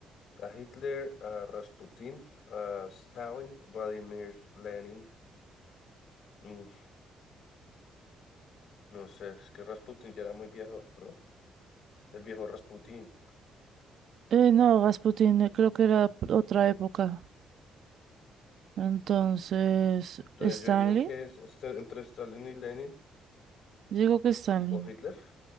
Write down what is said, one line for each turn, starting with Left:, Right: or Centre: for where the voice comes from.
Left: A Hitler, a Rasputin, a Stalin, Vladimir Lenin. Mm, no sé, es que Rasputin ya era muy viejo, ¿no? El viejo Rasputin.
Right: Eh, no, Rasputin, eh, creo que era p- otra época. Entonces,
Left: Entonces
Right: ¿Stanley?
Left: yo diría que es este- entre Stalin y Lenin
Right: Digo que Stanley.
Left: o Hitler.